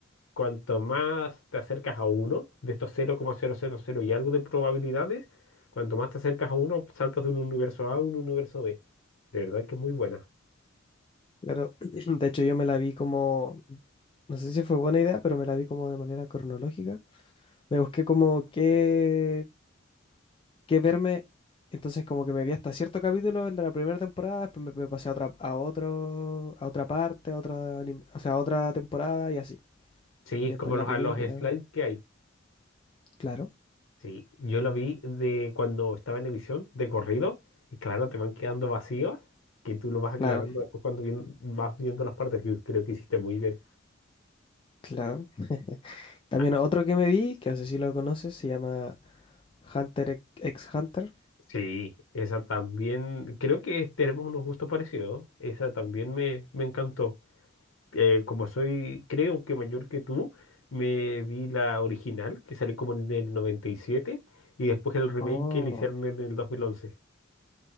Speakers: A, on the left (about 75°); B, on the left (about 25°).
A: Cuanto más te acercas a uno de estos cero coma cero cero coma cero y algo de probabilidades, cuanto más te acercas a uno, saltas de un universo A a un universo B. De verdad que es muy buena.
B: Claro, <clears throat> de hecho yo me la vi como, no sé si fue buena idea, pero me la vi como de manera cronológica Me busqué como qué, qué verme. Entonces como que me vi hasta cierto capítulo el de la primera temporada, después me, me pasé a otra, a otro, a otra parte, a otra, anim- o sea, a otra temporada y así.
A: Sí,
B: Después
A: es como
B: la
A: los,
B: película.
A: a los slides que hay.
B: Claro,
A: Sí, yo lo vi de cuando estaba en emisión, de corrido, y claro, te van quedando vacíos, que tú lo vas aclarando
B: claro,
A: después cuando bien- vas viendo las partes, que creo que hiciste muy bien.
B: claro. También
A: Ah,
B: otro que me vi, que no sé si lo conoces, se llama Hunter ex ex Hunter.
A: sí, esa también, creo que tenemos unos gustos parecidos, esa también me, me encantó. Eh, como soy, creo que mayor que tú, me vi la original, que salió como en el noventa y siete y después el remake
B: Oh.
A: que le hicieron en el 2011.